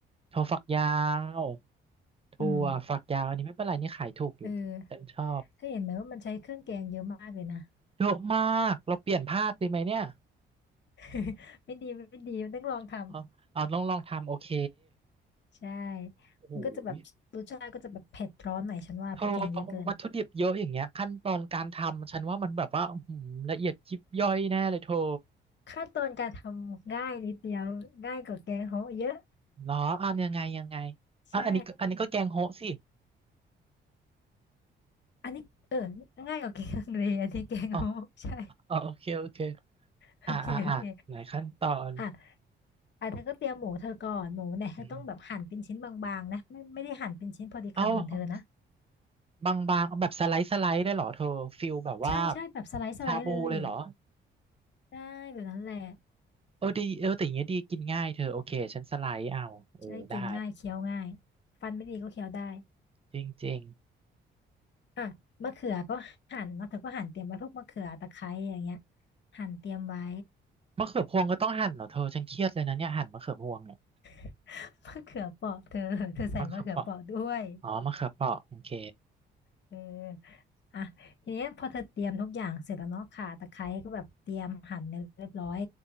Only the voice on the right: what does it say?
ถั่วฝักยาวถั่วฝักยาวอันนี้ไม่เป็นไรนี่ขายถูกอยู่ฉันชอบ
เยอะมากเราเปลี่ยนภาพดีไหมเนี่ย
เอาเอาลองลองทำโอเค
โอ้โห
เธอวัตถุดิบเยอะอย่างเงี้ยขั้นตอนการทำฉันว่ามันแบบว่าอื้อหือละเอียดยิบย่อยแน่เลยเธอ
เหรออ่ะยังไงยังไง
อ่ะอันนี้ก็อันนี้ก็แกงโฮะสิ
อ๋อ
อ๋อโอเคโอเค
อ่าอ่าอ่าไหนขั้นตอน
อืมเอาบางๆเอาแบบสไลด์สไลด์ได้เหรอเธอฟิลแบบว่า
ชาบูเลยเหรอ
เออดีเออแต่อย่างเงี้ยดีกินง่ายเธอโอเคฉันสไลด์เอาเออได้
จริง
ๆมะเขือพวงก็ต้องหั่นเหรอเธอฉันเครียดเลยนะเนี่ยหั่นมะเขือพวงเนี่ย
มะเขือเปราะ อ๋อมะเขือเปราะโอเค